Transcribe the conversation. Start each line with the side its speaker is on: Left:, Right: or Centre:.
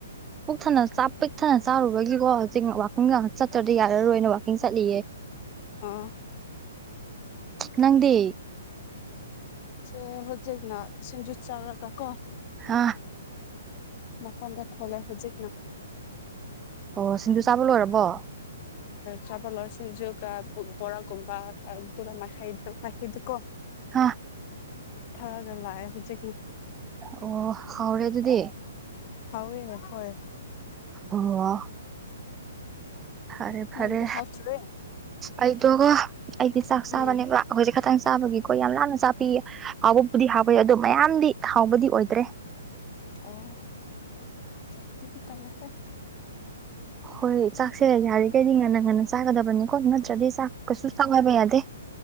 Right: ꯄꯛ ꯊꯅ ꯄꯤꯛꯊꯅ ꯆꯥꯔꯨꯕꯒꯤꯀꯣ ꯍꯧꯖꯤꯛ ꯋꯥꯈꯨꯝꯒ ꯆꯠꯇ꯭ꯔꯗꯤ ꯌꯥ ꯃꯔ ꯑꯣꯏꯅ ꯋꯥꯛꯀꯤꯡ ꯆꯠꯂꯤꯌꯦ
Left: ꯑꯣ
Right: ꯅꯪꯗꯤ
Left: ꯁ ꯍꯣꯗꯒꯅꯥ ꯁꯤꯟꯖꯠ ꯆꯥꯎꯥꯎ꯭ꯔ ꯀꯀꯣ
Right: ꯍꯥꯥ
Left: ꯃꯐꯝꯥꯟꯗ ꯊꯣꯂꯥꯏ ꯍꯧ ꯎꯆꯛꯅ
Right: ꯑꯣ ꯁꯤꯡꯖꯨ ꯆꯥꯕ ꯂꯣꯏꯔꯕꯣ
Left: ꯆꯥꯕꯜ ꯁꯤꯡꯖꯨꯒ ꯕꯣꯔꯥꯒꯨꯝꯕ ꯑꯗꯨꯒ ꯃꯈꯥꯏꯩꯗꯨꯥꯏꯩꯗꯨꯀꯣ
Right: ꯑꯥ
Left: ꯊꯔꯒꯋꯥ ꯍꯧꯦ
Right: ꯑꯣ ꯍꯧꯥꯎꯔꯦ ꯑꯗꯨꯗꯤ
Left: ꯍꯥꯎꯦ ꯍꯣꯏ
Right: ꯑꯣ ꯐꯔꯦ ꯐꯔꯦ
Left: ꯅꯪꯒꯤꯗꯣ ꯍꯥꯎꯇ꯭ꯔꯦ
Right: ꯑꯩꯗꯣꯒ ꯑꯩꯗꯤ ꯆꯥꯛ ꯆꯥꯕꯅꯦꯕꯈꯣꯏꯁꯦ
Left: ꯎꯝ
Right: ꯈꯇꯪ ꯍꯥꯡ ꯆꯥꯕꯒꯤꯀꯣ ꯌꯥꯝ ꯂꯥꯅ ꯆꯥꯄꯤꯌꯦ ꯑꯕꯨꯝꯄꯗꯤ ꯍꯥꯕ ꯌꯥ ꯑꯗꯣ ꯃꯌꯥꯝꯗꯤ ꯍꯥꯎꯕꯗꯤ ꯑꯣꯏꯗ꯭ꯔꯦ
Left: ꯑꯣ ꯑꯗꯨꯗꯤ ꯇꯂꯦ ꯍꯦ
Right: ꯍꯣꯏ ꯆꯥꯛꯁꯦ ꯌꯥꯔꯤꯈꯩꯗꯤ ꯉꯟꯅ ꯉꯟꯅ ꯆꯥꯒꯗꯕꯅꯤꯀꯣ ꯅꯠꯇ꯭ꯔꯗꯤ ꯆꯥꯛ ꯀꯩꯁꯨ ꯆꯥꯉꯕ ꯑꯗꯦ